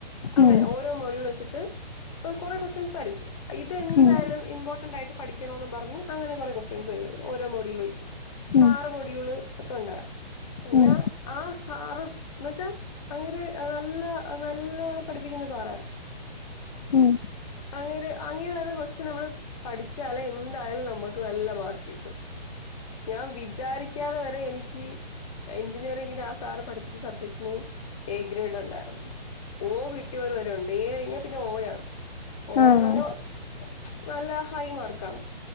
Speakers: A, on the left (about 35°); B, on the left (about 50°).
A: അങ്ങനെ
B: ഉം
A: ഓരോ മൊഴിള്ച്ചിട്ട് കൊറെ കൊസ്റ്റ്യൻസ് തരും ഇതെന്തായാലും
B: ഉം
A: ഇമ്പോർന്റായിട്ട് പഠിക്യണോന്നും പറഞ്ഞ് അങ്ങനെ കൊറേ കൊസ്റ്റ്യൻസ് തരോര്ന്നു ഓരോ മോഡി ളൊയ്സ്
B: ഉം
A: ആറ് മൊട്യൂള് ഒക്കെണ്ടാ അങ്ങനെ
B: ഉം
A: ആഹ് സാറ് ന്ന്യൊച്ചാ അങ്ങനെ എ നല്ല നല്ലവണ്ണം പഠിപ്പിക്കുന്ന സാറാര്
B: ഉം
A: അങ്ങേര് അങ്ങേര് തര്ന്ന കൊസ്റ്റ്യൻ നമ്മള് പഠിച്ചാലേ എന്തായാലും നമ്മൾക്ക് നല്ല മാർക്കിട്ടും ഞാൻ വിചാരിക്യാതെ വരെ എനിക്ക് എഞ്ചിനീയറിങിന് ആഹ് സാറ് പഠിപ്പിച്ച സബ്ജക്റ്റ്ന് എ ഗ്രേഡൊണ്ടായിര്ന്നു ഓ കിട്ടിയ ഒരു വരം ഉണ്ട് ഏ കഴിഞ്ഞാ പിന്നെ ഓ ആണ് ഓ
B: ആഹ്
A: എന്നു പറഞ്ഞാ നല്ല ഹൈ മാർക്ക ആണ്